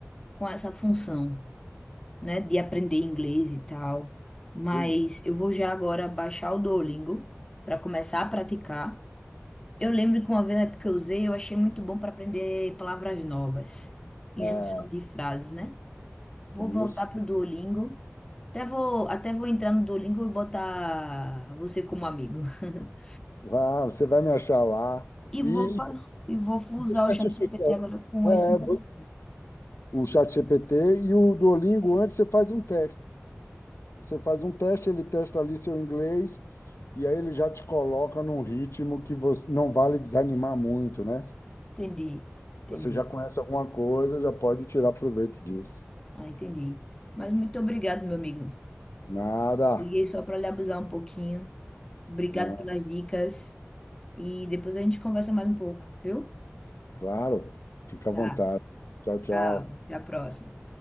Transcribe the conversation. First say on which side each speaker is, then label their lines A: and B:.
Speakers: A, on the left (about 15°); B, on the left (about 75°).
A: com essa função, né, de aprender inglês e tal, mas
B: pois
A: eu vou já agora baixar o Duolingo para começar a praticar. Eu lembro que uma vez na época que eu usei, eu achei muito bom para aprender palavras novas e
B: é,
A: junção de frases, né? Vou
B: isso.
A: voltar pro Duolingo. Até vou, até vou entrar no Duolingo e botar você como amigo. <laughs>
B: Ah, você vai me achar lá.
A: E vou,
B: E
A: fa- e vou
B: o
A: usar
B: certificado.
A: o ChatGPT agora com
B: É,
A: esse intenção.
B: o chat GPT e o Duolingo, antes você faz um teste. Você faz um teste, ele testa ali seu inglês, e aí ele já te coloca num ritmo que você não vale desanimar muito, né?
A: Entendi, entendi.
B: Você já conhece alguma coisa, já pode tirar proveito disso.
A: Ah, entendi. Mas muito obrigado, meu amigo.
B: Nada,
A: Liguei só para lhe abusar um pouquinho. Obrigado
B: não,
A: pelas dicas. E depois a gente conversa mais um pouco, viu?
B: claro. Fica à
A: Tá,
B: vontade. Tchau,
A: tchau.
B: tchau.
A: Até a próxima.